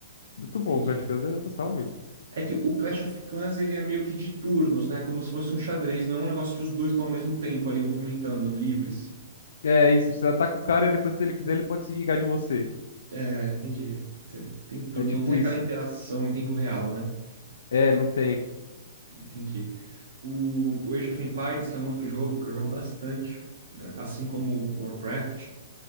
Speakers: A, on the left; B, on the right.
A: Muito bom,
B: entendi.
A: Clash of Clans eu gostava muito.
B: É que o Clash of Clans ele é meio que de turnos, né? Como se fosse um xadrez, não é um negócio que os dois estão ao mesmo tempo ali movimentando, livres.
A: É isso, você ataca o cara e depois, se ele quiser, ele pode se vingar de você.
B: É, entendi. Você tem turno,
A: É tipo
B: não tem
A: isso.
B: aquela interação em tempo real, né?
A: É, não tem.
B: Entendi. O, o Age of Empires, que é um outro jogo que eu jogo bastante, né? Assim como o Warcraft.